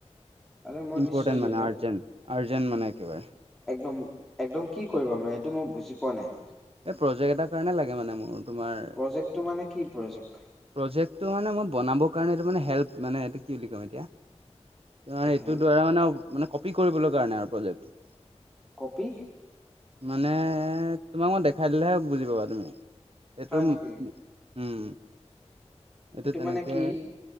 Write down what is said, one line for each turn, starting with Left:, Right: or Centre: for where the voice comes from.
Centre: কাইলৈ মই
Right: ইম্পৰ্টেণ্ট
Centre: নিশ্চয় লৈ
Right: মানে
Centre: যাম
Right: আৰ্জেণ্ট, আৰ্জেণ্ট মানে একেবাৰে।
Centre: একদম একদম কি কৰিবা মানে এইটো মই বুজি পোৱা নাই?
Right: এই প্ৰজেক্ট এটাৰ কাৰণে লাগে মানে মোৰ তোমাৰ
Centre: প্ৰজেক্টটো মানে কি প্ৰজেক্ট?
Right: প্ৰজেক্টটো মানে মই বনাব কাৰণে এইটো মানে হেল্প মানে এইটো কি বুলি ক'ম এতিয়া? এইটোৰ
Centre: হেল্প
Right: দ্বাৰা মানে মানে কপি কৰিবলৈ কাৰণে আৰু প্ৰজেক্টটো।
Centre: কপি?
Right: মানে তোমাক মই দেখাই দিলেহে বুজি পাবা তুমি? এইটো
Centre: হয় নেকি
Right: উম' এইটো তেনেকে
Centre: মানে কি